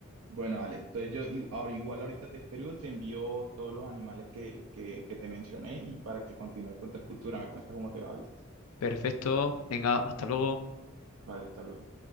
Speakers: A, on the right (about 75°); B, on the left (about 85°).
A: Bueno, Ale, entonces yo i- ahora- igual ahorita te escribo, te envío todos los animales que, que, que te mencioné y para que continúes con tu escultura, me cuentas cómo te va, ¿viste?
B: Perfecto, venga, hasta luego.
A: Vale, hasta luego.